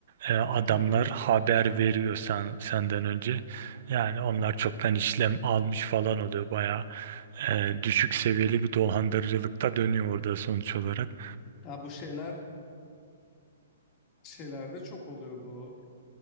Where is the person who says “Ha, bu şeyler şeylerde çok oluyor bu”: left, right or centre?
Left